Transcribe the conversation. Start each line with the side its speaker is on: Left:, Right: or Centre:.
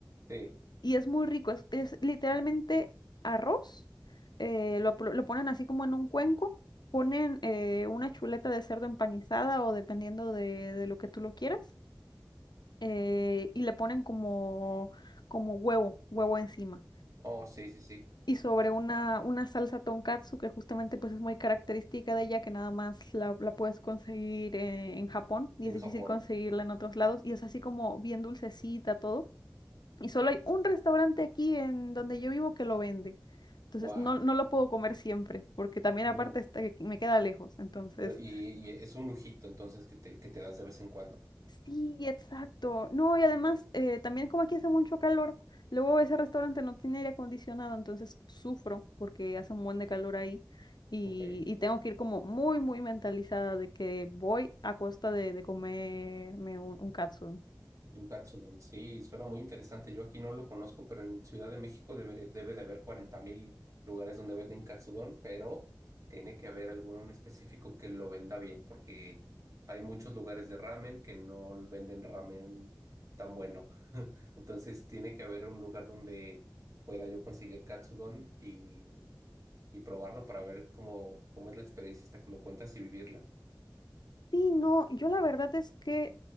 Right: Sí.
Left: y es muy rico, es, es literalmente arroz, eh, lo, plo- lo ponen así como en un cuenco, ponen eh, una chuleta de cerdo empanizada o dependiendo de, de lo que tú lo quieras, eh, y le ponen como, como huevo, huevo encima.
Right: Oh, sí, sí, sí.
Left: Y sobre una, una salsa tonkatsu que justamente pues es muy característica de ella, que nada más la, la puedes conseguir eh, en Japón y
Right: En
Left: es difícil
Right: Japón.
Left: conseguirla en otros lados y es así como bien dulcecita todo y solo hay un restaurante aquí en donde yo vivo que lo vende. Entonces
Right: Wow.
Left: no, no lo puedo comer siempre, porque también aparte
Right: Oh,
Left: está que me queda lejos. Entonces,
Right: pero y, y es un lujito, entonces, que te, que te das de vez en cuando.
Left: sí, exacto. No, y además,
Right: Vale.
Left: eh, también como aquí hace mucho calor, luego ese restaurante no tiene aire acondicionado, entonces sufro porque hace un buen de calor ahí. Y,
Right: Ok.
Left: y tengo que ir como muy, muy mentalizada de que voy a costa de, de comerme un, un catsup,
Right: Un Katsudon, sí, suena muy interesante. Yo aquí no lo conozco, pero en Ciudad de México debe, debe de haber cuarenta mil lugares donde venden Katsudon, pero tiene que haber alguno en específico que lo venda bien, porque hay muchos lugares de ramen que no venden ramen tan bueno. <laughs> Entonces tiene que haber un lugar donde pueda yo conseguir Katsudon y, y probarlo para ver cómo, cómo es la experiencia esta que me cuentas y vivirla.
Left: Sí, no, yo la verdad es que